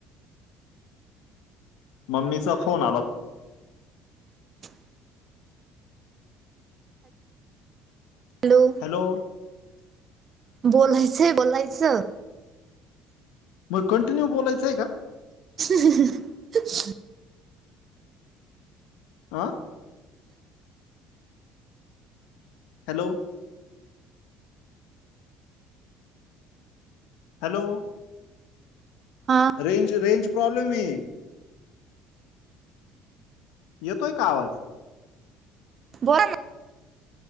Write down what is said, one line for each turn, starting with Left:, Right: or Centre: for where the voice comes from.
Left: मम्मीच फोन आला
Right: <inaudible> हॅलो
Left: हॅलो
Right: बोलायचंय आहे बोलायचं
Left: मग कंटिन्यू बोलायचंय का?
Right: <unintelligible>
Left: आं हॅलो हॅलो
Right: हा
Left: रेंज रेंज प्रॉब्लेम आहे. येतोय का आवाज?
Right: बोला ना.